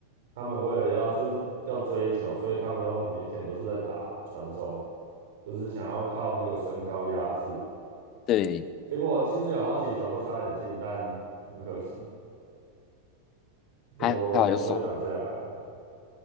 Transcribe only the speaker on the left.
对，
还还好有手，